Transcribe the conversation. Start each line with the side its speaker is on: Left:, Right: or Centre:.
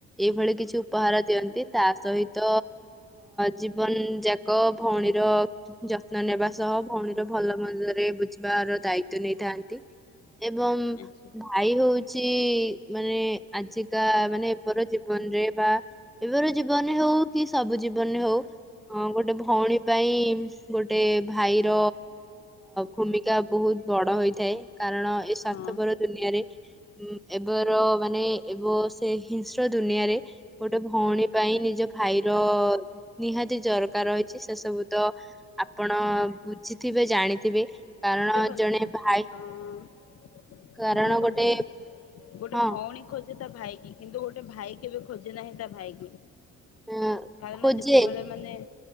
Centre: ଏଇଭଳି କିଛି ଉପହାର ଦିଅନ୍ତି। ତା ସହିତ ଜୀବନ ଯାକ ଭଉଣୀର ଯତ୍ନ ନେବା ସହ ଭଉଣୀର ଭଲ ମନ୍ଦରେ ବୁଝିବାର ଦାୟିତ୍ୱ ନେଇଥାନ୍ତି ଏବଂ
Left: ଆଚ୍ଛା
Centre: ଭାଇ ହୋଉଚି ମାନେ ଆଜିକା ମାନେ ଏବେର ଜୀବନରେ ବା ଏବେର ଜୀବନରେ ହୋଉ କି ସବୁ ଜୀବନରେ ହୋଉ ଗୋଟେ ଭଉଣୀ ପାଇଁ ଗୋଟେ ଭାଇର ଭୂମିକା ବୋହୁତ ବଡ ହୋଇଥାଏ କାରଣ ଏ ସ୍ୱାସ୍ଥ୍ୟପର
Left: ହଁ।
Centre: ଦୁନିଆରେ ଏବେର ମାନେ ଏବ ସେ ହିଂସ୍ର ଦୁନିଆରେ ଗୋଟେ ଭେଉଣୀ ପାଇଁ ନିଜ ଭାଇର ନିହାତି ଦରକାର ରହିଚି ସେ ସବୁ ତ ଆପଣ ବୁଝିଥିବେ ଜାଣିଥିବେ। କାରଣ
Left: ଦେଖନ୍ତୁ
Centre: ଜଣେ ଭାଇ
Left: ଅ
Centre: କାରଣ
Left: ଦେଖନ୍ତୁ
Centre: ଗୋଟେ
Left: ଗୋଟେ
Centre: ହଁ
Left: ଭଉଣୀ ଖୋଜେ ତା ଭାଇ କି କିନ୍ତୁ ଗୋ ଗୋଟ ଭାଇ କେବେ ଖୋଜେ ନାହିଁ ତା ଭାଇକି।
Centre: ଅଁ
Left: କାରଣ
Centre: ଖୋଜେ
Left: ଯେତବେଳେ ମାନେ